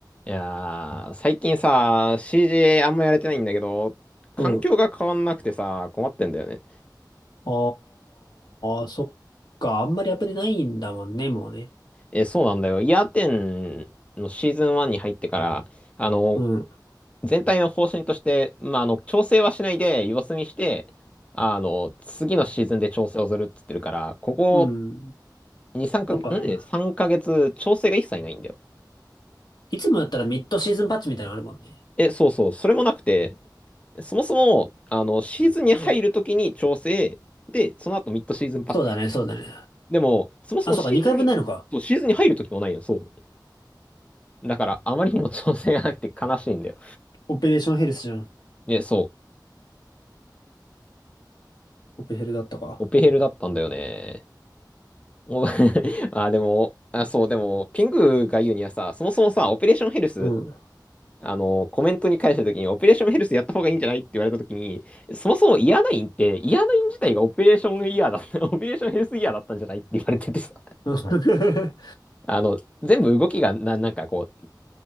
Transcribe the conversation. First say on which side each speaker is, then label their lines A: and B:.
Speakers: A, on the left (about 15°); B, on the left (about 65°).
A: いやー、最近さ、CJ あんまやれてないんだけど、環境が変わんなくてさ、
B: うん。
A: 困ってんだよね。
B: ああ、そっか。あんまりアプデないんだもんね、もうね。
A: え、そうなんだよ。イヤーテンのシーズン1に入ってから、あの、
B: うん。
A: 全体の方針として、まあ、あの、調整はしないで様子見して、あの、次のシーズンで調整をするっつってるから、ここ
B: うん。
A: 2、3かげつ、
B: そっか。
A: ん ?3 ヶ月調整が一切ないんだよ。
B: いつもやったらミッドシーズンパッチみたいなのあるもんね。
A: え、そうそう、それもなくて、そもそも、あの、シーズンに入るときに調整、
B: うん。
A: で、その後ミッドシーズンパッチ。
B: そうだね、そうだね。
A: でも、そもそもシーズンに、
B: あ、そうか、2回分ないのか。
A: そう、シーズンに入る時もないよ、そう。だから、あまりにも調整がなくて悲しいんだよ。
B: オペレーションヘルスじゃん。
A: で、そ
B: オペヘルだったか。
A: う、オペヘルだったんだよね。お <laughs> あ、でも、あ、そう、でも、ピングが言うにはさ、そもそもさ、オペレーションヘルス、
B: うん。
A: あの、コメントに返した時に、オペレーションヘルスやった方がいいんじゃないって言われた時に、そもそもイヤナインって、イヤナイン自体がオペレーションイヤーだった、<laughs> オペレーションヘルスイヤーだったんじゃないって言われててさ、
B: <laughs>
A: あの、全部動きがな、なんかこう、